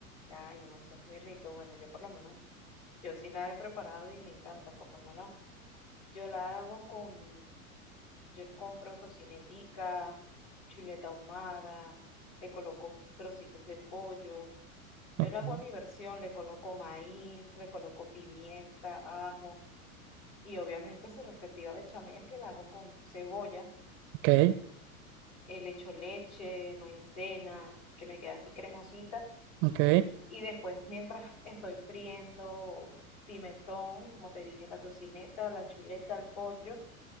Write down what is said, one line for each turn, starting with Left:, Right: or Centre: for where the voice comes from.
Left: Ay, no, eso es muy rico. Bueno, yo por lo menos, yo sí la he preparado y me encanta, por lo menos. Yo la hago con, yo compro tocinetica, chuleta ahumada, le coloco trocitos de pollo. Yo
Right: Ujú.
Left: le hago a mi versión, le coloco maíz, le coloco pimienta, ajo y obviamente su respectiva bechamel que la hago con cebolla.
Right: Ok,
Left: eh, Le echo leche, maicena, que me queda así cremosita
Right: ok,
Left: y después, mientras estoy friendo pimentón, como te dije, la tocineta, la chuleta, el pollo,